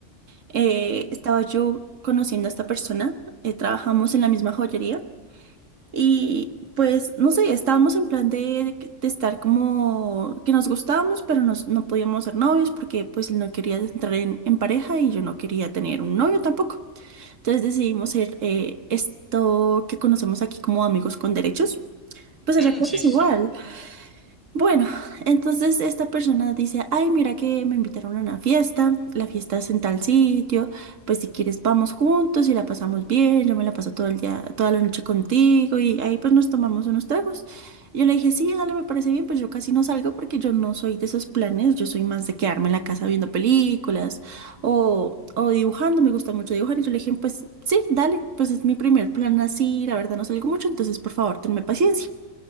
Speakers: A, on the right (about 75°); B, in the centre.
A: eh, estaba yo conociendo a esta persona, eh, trabajamos en la misma joyería y pues no sé, estábamos en plan de, de estar como que nos gustábamos, pero nos- no podíamos ser novios porque pues él no quería entrar en, en pareja y yo no quería tener un novio tampoco. Entonces decidimos ser eh, esto que conocemos aquí como amigos con derechos. Pues
B: Mm,
A: allá creo
B: sí,
A: que es
B: sí.
A: igual. Bueno, entonces esta persona dice, ay, mira que me invitaron a una fiesta, la fiesta es en tal sitio, pues si quieres vamos juntos y la pasamos bien, yo me la paso todo el día, toda la noche contigo y ahí pues nos tomamos unos tragos. Yo le dije, sí, dale, me parece bien, pues yo casi no salgo porque yo no soy de esos planes, yo soy más de quedarme en la casa viendo películas o, o dibujando, me gusta mucho dibujar y yo le dije, pues sí, dale, pues es mi primer plan así, la verdad no salgo mucho, entonces por favor, tenme paciencia.